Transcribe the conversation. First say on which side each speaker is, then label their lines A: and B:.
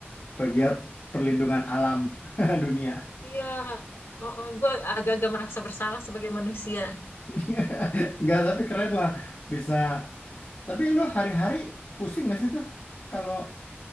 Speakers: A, on the left; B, on the left.
A: pegiat perlindungan alam <laughs> dunia.
B: Iya, oh, oh, gue agak-agak merasa bersalah sebagai manusia.
A: <laughs> Enggak, tapi keren lah bisa. Tapi lu hari-hari pusing nggak sih tuh? Kalau